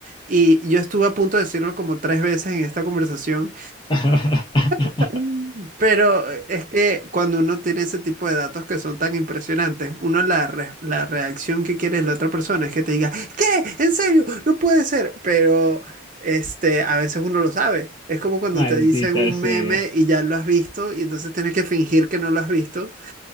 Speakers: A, on the right; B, on the left.
A: y yo estuve a punto de decirlo como tres veces en esta conversación,
B: <laughs>
A: <laughs> pero es que cuando uno tiene ese tipo de datos que son tan impresionantes, uno la, re- la reacción que quiere la otra persona es que te diga, ¿qué? ¿En serio? No puede ser. Pero este, a veces uno lo sabe. Es como cuando
B: Maldita
A: te dicen un
B: sea.
A: meme y ya lo has visto y entonces tienes que fingir que no lo has visto